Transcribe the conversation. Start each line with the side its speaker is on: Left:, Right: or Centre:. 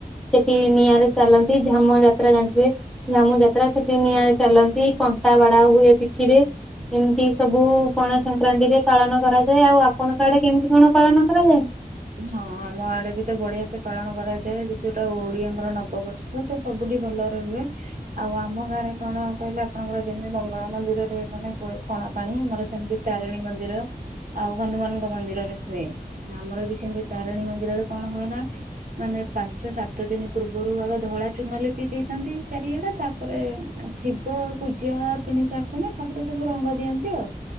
Centre: ସେଠି ନିଆଁରେ ଚାଲନ୍ତି। ଝାମୁ ଯାତ୍ରା ଜାଣିଥିବେ। ଝାମୁ ଯାତ୍ରା ସେଠି ନିଆଁରେ ଚାଲନ୍ତି। କଣ କଣ୍ଟା ବଡା ହୁଏ ପିଠିରେ ଏମିତି ସବୁ, ପଣା ସଂକ୍ରାନ୍ତିରେ ପାଳନ କରାଯାଏ। ଆଉ ଆପଣଙ୍କ ଆଡେ, କେମତି କଣ ପଳନ କରାଯଏ?
Right: ହଁ। ଆମ ଆଡେ ବି ତ, ବଢିଆ ସେ ପାଳନ କରାଯାଏ। ଯେହେତୁ ଏଟା, ଓଡିଆଙ୍କର ନବବର୍ଷ। ତ ସବୁ ଭଲରେ ହୁଏ। ଆଉ ଆମ ଗାଁରେ କଣ କହିଲେ। ଆପଣଙ୍କର ଯେମିତି ମଙ୍ଗଳା ମନ୍ଦିରରେ, ମାନେ ପଣା ପାଣି। ଆମର ସେମତି ତାରିଣୀ ମନ୍ଦିର ଆଉ ହନୁମାନଙ୍କ ମନ୍ଦିରରେ ହୁଏ। ଆମର ବି ଏଠି ତାରିଣୀ ମନ୍ଦିରରେ କଣ ହୁଏ ନା। ମାନେ ପାଞ୍ଚ ସାତ ଦିନ ପୂର୍ବରୁ, ଆଗ ଧଳା ଚୁନ ଲି ଦେଇଥାନ୍ତି ଚାରିଗଡା। ତାପରେ ଥିବ ପୂଜା ତିନି ଚାରି ଦିନ ତାପରେ, ସବୁ ରଙ୍ଗ ଦ ଦିଅନ୍ତି ଆଉ।